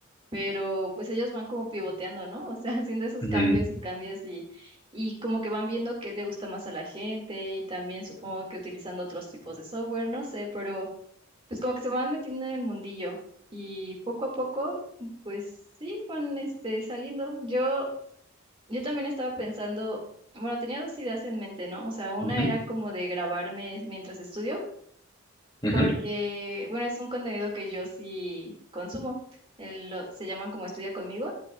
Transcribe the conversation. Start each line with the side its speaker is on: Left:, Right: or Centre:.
Right: pero pues ellos van como pivoteando, ¿no? O sea, <laughs> haciendo esos
Left: Ujú,
Right: cambios y cambios y, y como que van viendo qué le gusta más a la gente y también supongo que utilizando otros tipos de software, no sé, pero pues como que se van metiendo en el mundillo y poco a poco, pues sí, van este, saliendo. Yo, yo también estaba pensando, bueno, tenía dos ideas en mente, ¿no? O sea, una
Left: ujú,
Right: era como de grabarme mientras estudio
Left: ujú,
Right: porque, bueno, es un contenido que yo sí consumo. Eh, lo- se llaman como Estudia conmigo